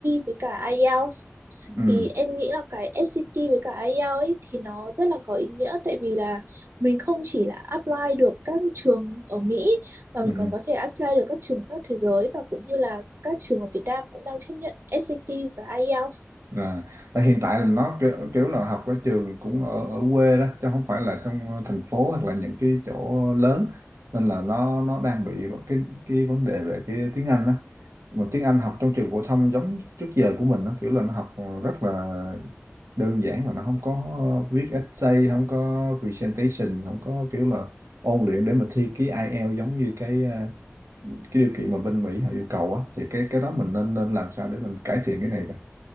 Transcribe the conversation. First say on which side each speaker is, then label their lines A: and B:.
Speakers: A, on the right (about 60°); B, on the right (about 80°).
A: với cả IELTS
B: ừ
A: thì em nghĩ là cái SAT với cả IELTS ấy thì nó rất là có ý nghĩa tại vì là mình không chỉ là apply được các trường ở Mỹ mà mình
B: ừ
A: còn có thể apply được các trường khắp thế giới và cũng như là các trường ở Việt Nam cũng đang chấp nhận SAT và IELTS
B: à tại hiện tại là nó kiểu, kiểu là học ở trường cũng ở ở quê đó chứ không phải là trong thành phố hoặc là những cái chỗ lớn nên là nó nó đang bị cái cái vấn đề về cái tiếng Anh đó mà tiếng Anh học trong trường phổ thông giống trước giờ của mình nó kiểu là nó học rất là đơn giản mà nó không có viết essay không có presentation không có kiểu là ôn luyện để mà thi cái IELTS giống như cái à, cái điều kiện mà bên Mỹ họ yêu cầu á thì cái cái đó mình nên nên làm sao để mình cải thiện cái này ta